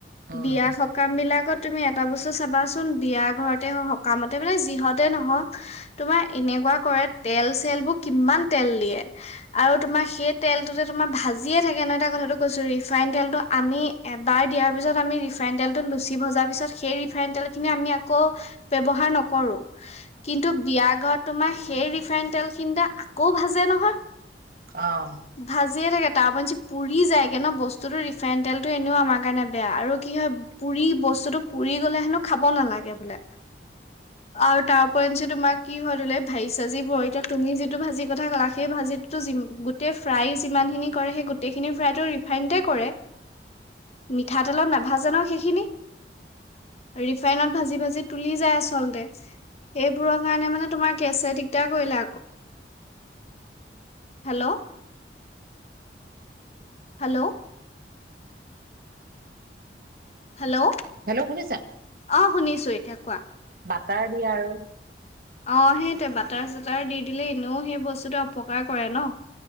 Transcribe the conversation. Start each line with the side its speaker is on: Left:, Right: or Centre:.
Right: উম,
Left: বিয়া সকাম বিলাকত তুমি এটা বস্তু চাবা চোন বিয়া ঘৰতে হ সকামতে মানে যিহতে নহক তোমাৰ এনেকুৱা কৰে তে তেলবোৰ কিমান তেল দিয়ে আৰু তোমাৰ সেই তেলটোতে তোমাৰ ভাজিয়ে থাকে ন এটা কথাটো কৈছো ৰিফাইন তেলটো আমি এবাৰ দিয়াৰ পিছত আমি ৰিফাইন তেলটো লুচি ভজাৰ পিছত সেই ৰিফাইন তেল খিনি আমি আকৌ ব্যৱহাৰ নকৰো কিন্তু বিয়া ঘত তোমাৰ সেই ৰিফাইন তেল খিনতে আকৌ ভাজে নহয়
Right: অ',
Left: ভাজিয়ে থাকে তাৰপি পুৰি যায়গে ন বস্তুতো ৰিফাইন তেলতটো এনেও আমাৰ কাৰণে বেয়া আৰু কি হয় পুৰি বস্তুটো পুৰি গলে হেনো খাব নালাগে বোলে আৰু তাৰ ওপৰঞ্চি তোমাৰ কি হয় ধই লোৱা ভাঁজি চাজিবোৰ এতিয়া তুমি যিটো ভাজিৰ কথা ক'লা সেই ভাজিটোতো গোটেই ফ্ৰাই যিমানখিনি কৰে সেই গোটেইখিনি ফ্ৰাইটো ৰিফাইনতে কৰে মিঠাতেলত নাভাজে নহয় সেইখিনি ৰিফাইনত ভাজি ভাজি তুলি যায় আচলতে সেইবোৰৰ কাৰণে মানে তোমাৰ গেছে দিগদাৰ কৰিলে হেল্ল' হেল্ল' হেল্ল'
Right: হেল্ল' শুনিছা?
Left: অ শুনিছো এতিয়া কোৱা
Right: <unintelligible>
Left: অ সেইটোয়ে বাটাৰ চাটাৰ দি দিলে এনেও সেই বস্তুটো অপকাৰ কৰে ন